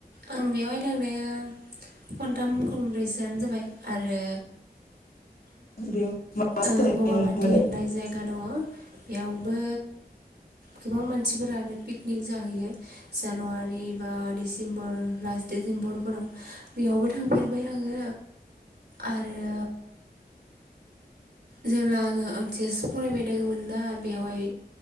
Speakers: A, on the right; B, on the left.
A: आं बेवहाय थांनाया खनथाम खनब्रैसोआनो जाबाय आरो
B: बेयाव माबा सोलायनाय
A: ओम बगामाथि
B: नुनो मोनो
A: होननाय जायगा दङ बेयाव, बो गोबां मानसिफोरानो पिकनिक जाहैयो जानुवारि बा डिसेम्बर लास्ट डसेम्बरफोराव बेयावबो थांफेरबाय आङो आरो जेब्ला आङो हो एस फरायबाय दंमोन ना बेवहाय